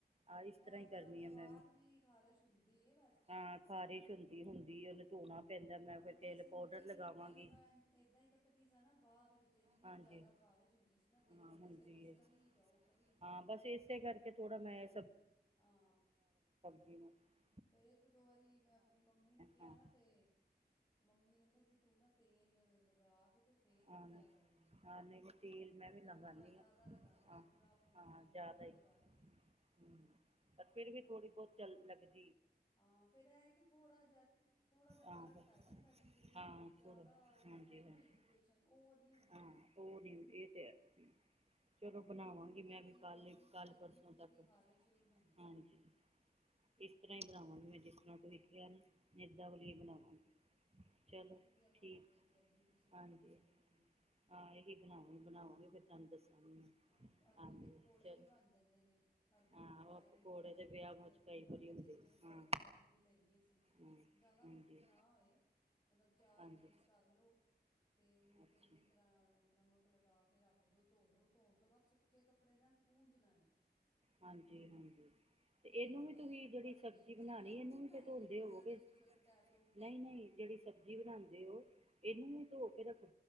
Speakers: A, on the right; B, on the left.
A: ਆਹ ਇਸ
B: ਇਹ
A: ਤਰ੍ਹਾਂ ਹੀ
B: ਕਰਨ
A: ਕਰਨੀ
B: ਤੋਂ ਬਾਅਦ
A: ਆ ਮੈਂ
B: ਵੀ ਖ਼ਾਰਸ਼ ਹੁੰਦੀ ਏ
A: ਹਾਂ ਖ਼ਾਰਿਸ਼ ਹੁੰਦੀ ਹੁੰਦੀ ਉਹਨੂੰ ਧੋਣਾ ਪੈਂਦਾ ਮੈਂ
B: ਪਰ
A: ਫਿਰ ਕਿਸੇ
B: ਜੇ
A: ਵੇਲੇ
B: ਅਸੀਂ
A: ਪਾਊਡਰ
B: ਨਹੀਂ
A: ਲਗਾਵਾਂਗੀ
B: ਪਹਿਲੋਂ ਮੈਂ ਏਦਾਂ ਹੀ ਕੱਟਦੀ ਸ ਨਾ ਬਾਅਦ ਵਿੱਚ ਇੰਨੀ
A: ਹਾਂਜੀ
B: ਜ਼ਿਆਦਾ ਖ਼ਾਰਿਸ਼ ਹੁੰਦੀ ਸੀ ਨਾ ਦਿਲ
A: ਹਾਂ
B: ਕਰਦਾ
A: ਹੁੰਦੀ
B: ਸੀ ਬਸ
A: ਹੈ
B: ਕਰੀ ਜਾਓ ਕਰੀ ਜਾਓ
A: ਹਾਂ
B: ਬਈ
A: ਬਸ ਇਸੇ ਕਰਕੇ ਥੋੜ੍ਹਾ ਮੈਂ
B: ਹਾਂ
A: ਜੀ ਮੈਮ <inaudible>
B: ਫੇਰ ਇੱਕ ਦੋ ਵਾਰੀ ਮੈਂ ਆਪਣੀ ਮੰਮੀ ਨੂੰ ਕਿਆ
A: ਹਾਂ
B: ਨਾ ਤੇ ਮੰਮੀ ਕਹਿੰਦੇ ਕਿ ਤੂੰ ਨਾ ਤੇਲ ਲਗਾ ਕੇ ਤੇ ਫੇਰ ਕੱਟਿਆ
A: ਹਾਂ
B: ਕਰ ਇਹਨੂੰ
A: ਹਾਂ ਨਹੀਂ ਤੇਲ ਮੈਂ ਵੀ ਲਗਾਦੀ
B: ਥੋੜ੍ਹਾ ਜ਼ਿਆਦਾ
A: ਹਾਂ
B: ਲਗਾਉਣਾ ਹੈ ਪੂਰਾ ਆਪਣੇ
A: ਹਾਂ
B: ਹੱਥ ਨੂੰ
A: ਜ਼ਿਆਦਾ
B: ਓਇਲੀ
A: ਈ--ਹੂ
B: ਕਰਕੇ
A: ਪਰ ਫਿਰ ਵੀ ਥੋੜੀ ਬਹੁਤ ਚੱਲ ਲੱਗ -
B: ਹਾਂ ਫੇਰ ਇਹ ਕਿ ਥੋੜ੍ਹਾ ਜਿਹਾ ਥੋੜ੍ਹਾ ਜਿਹਾ ਫ਼ਰਕ
A: ਹਾਂ
B: ਪੈ ਜਾਂਦਾ ਵੀ ਜਿਹੜੀ
A: ਹਾਂ
B: ਜ਼ਿਆਦਾ
A: ਥੋੜਾ
B: ਹੁੰਦੀ
A: ਹਾਂਜੀ
B: ਨਾ
A: ਹਾਂਜੀ
B: ਇਰੀਟੇਸ਼ਨ ਉਹ ਨੀ ਹੁੰਦੀ
A: ਹਾਂ ਉਹ ਨੀ ਇਹ ਤੇ ਹੈ। ਚਲੋ
B: ਹਾਂ ਉਹ
A: ਬਣਾਵਾਂਗੀ
B: ਨੀ ਹੁੰਦੀ
A: ਮੈਂ
B: ਬਈ
A: ਵੀ ਕੱਲ
B: ਬਾਕੀ
A: ਕੱਲ
B: ਹਲਕੀ
A: ਪਰਸੋਂ
B: ਫੁਲਕੀ
A: ਤੱਕ
B: ਖ਼ਾਰਿਸ਼ ਹੁੰਦੀ
A: ਹਾਂਜੀ ਇਸ ਤਰ੍ਹਾਂ ਹੀ ਬਣਾਵਾਂਗੀ ਮੈਂ ਜਿਸ ਤਰ੍ਹਾਂ ਤੁਸੀਂ ਕਿਹਾ ਨਾ ਏਦਾਂ ਵਾਲੀ ਹੀ ਬਣਾਵਾਂਗੀ ਚਲੋ
B: ਬੜੀ ਵਧੀਆ ਬਣਦੀ
A: ਠੀਕ
B: ਓਹ ਵਾਲੀ ਅਰਬੀ ਤੁਸੀਂ ਬਣਾ
A: ਹਾਂਜੀ
B: ਕੇ ਵੇਖਣਾ
A: ਹਾਂ ਇਹ ਹੀ ਬਣਾਵਾਂਗੀ ਬਣਾਵਾਂਗੀ ਫਿਰ ਤੁਹਾਨੂੰ ਦੱਸਾਂਗੀ ਮੈਂ
B: ਹਾਂ ਅਰਬੀ
A: ਹਾਂਜੀ
B: ਦੇ ਪਕੌੜੇ
A: ਚਲੋ
B: ਵੀ ਬਣ ਜਾਂਦੇ ਨੇ ਅਰਬੀ
A: ਹਾਂ
B: ਨੂੰ ਫਰਾਈ
A: ਉਹ ਪਕੌੜੇ
B: ਥੋੜ੍ਹਾ ਮੋਟੀ
A: ਤੇ ਵਿਆਹ ਵਿੱਚ
B: ਅਰਬੀ
A: ਕਈ
B: ਕੱਟ
A: ਵਾਰੀ ਹੁੰਦੇ
B: ਕੇ ਜਿਵੇਂ ਇੱਕ
A: ਹਾਂ
B: ਅਰਬੀ ਲੰਬੀ ਲਈ ਅਸੀਂ
A: ਹਾਂ
B: ਜ਼ਿਆਦਾ ਮੋਟੀ
A: ਹਾਂਜੀ
B: ਨਾ ਹੋਏ ਮਤਲਬ ਚਾਰ
A: ਹਾਂਜੀ
B: ਪੀਸ ਕਰ ਲਓ ਤੇ ਉਹਨੂੰ
A: ਅੱਛਾ
B: ਚੰਗੀ ਤਰ੍ਹਾਂ ਨਮਕ ਲਗਾ ਕੇ ਰੱਖ ਦੋ ਧੋਲੋ ਧੋਣ ਤੋਂ ਬਾਅਦ ਸੁੱਕੇ ਕੱਪੜੇ ਨਾਲ ਪੂੰਜਣਾ
A: ਹਾਂਜੀ ਹਾਂਜੀ ਤੇ ਇਹਨੂੰ
B: ਹਾਂ
A: ਵੀ ਤੁਸੀਂ
B: ਉੱਪਰ
A: ਜਿਹੜੀ
B: ਹੀ
A: ਸਬਜ਼ੀ
B: ਵੇ
A: ਬਣਾਉਣੀ
B: ਜਿਵੇਂ ਉਹ
A: ਇਹਨੂੰ
B: ਨਹੀਂ ਬਣਾਈ
A: ਵੀ ਤੇ ਧੋਂਦੇ
B: ਦੇ ਫਿੰਗਰ
A: ਹੋਵਗੇ
B: ਚਿਪਸ ਪਟੈਟੋ
A: ਨਹੀਂ ਨਹੀਂ ਜਿਹੜੀ ਸਬਜ਼ੀ ਬਣਾਉਂਦੇ ਹੋ ਇਹਨੂੰ ਵੀ ਧੋ ਕੇ ਰੱਖੋ।